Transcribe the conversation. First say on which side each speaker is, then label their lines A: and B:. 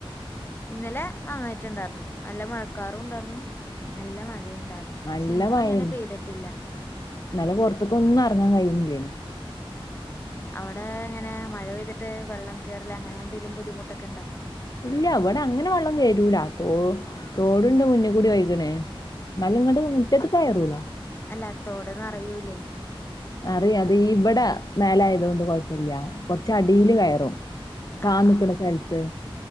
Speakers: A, on the left; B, on the left.
A: ഇന്നലെ നന്നായിട്ടുണ്ടാർന്നു നല്ല മഴക്കാറുണ്ടായിരുന്നു നല്ല മഴയും ഉണ്ടാർന്നു പക്ഷെ
B: നല്ല
A: ഇന്ന്
B: മഴേനി
A: അങ്ങനെ പെയ്തിട്ടില്ല
B: ഇന്നലെ പുറത്ത്ക്കൊന്നും ഇറങ്ങാൻ കഴിയുന്നില്ലേനു
A: അവടെ എങ്ങനെ മഴ പെയ്തിട്ട് വെള്ളം കയറല് അങ്ങനെ എന്തെങ്കിലും ബുദ്ധിമുട്ടൊക്കെ ഇണ്ടോ
B: ഇല്ല ഇവടെ അങ്ങനെ വെള്ളം കേറൂല തോ തോടുണ്ട് മുന്നികൂടെ ഒയ്ക്ണെ ഇന്നാലും ഇങ്ങട് മുറ്റത്ത്ക്ക് കയറൂല
A: അല്ല തോട് നിറയൂലേ
B: നിറയും അത് ഇവിടെ മേലെ ആയതുകൊണ്ട് കൊഴപ്പമില്ല കൊറച്ച് അടീല് കയറും താന്ന്
A: ആഹ് ആഹ്
B: നിക്ക്ണ സ്ഥലത്ത്